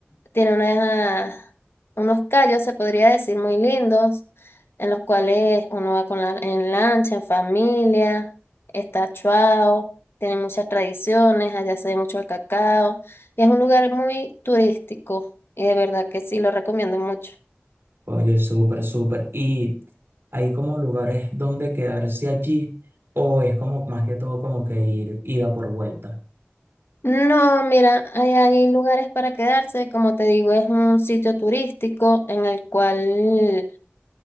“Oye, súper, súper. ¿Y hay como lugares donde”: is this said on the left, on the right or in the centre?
Right